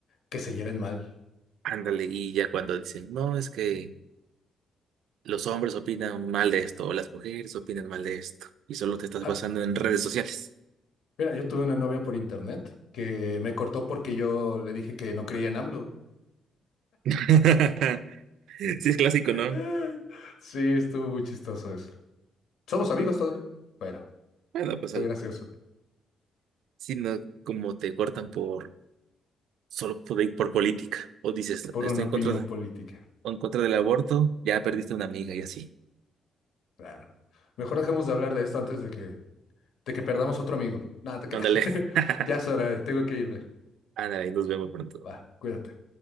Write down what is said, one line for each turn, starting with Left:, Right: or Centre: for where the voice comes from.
Left: que se lleven mal.
Right: Ándale, y ya cuando dicen, no, es que los hombres opinan mal de esto, o las mujeres opinan mal de esto, y solo te estás
Left: Ah,
Right: basando en redes sociales.
Left: mira, yo tuve una novia por internet que me cortó porque yo le dije que no creía en AMLO.
Right: <laughs> Sí, es clásico, ¿no?
Left: Eh, Sí, estuvo muy chistoso eso. Somos amigos todavía, pero
Right: Bueno, pues
Left: fue
Right: algo.
Left: gracioso
Right: Sí, no, como te cortan por, solo por, por política, o dices,
Left: por
Right: estoy
Left: una
Right: en
Left: opinión
Right: contra de-
Left: política.
Right: en contra del aborto, ya perdiste una amiga y así.
Left: Claro. Mejor dejemos de hablar de esto antes de que, de que perdamos otro amigo. Nada, te quedas.
Right: Ándale.
Left: <laughs>
Right: <laughs>
Left: Ya es hora, tengo que irme.
Right: Ándale, nos vemos pronto.
Left: Va, cuídate.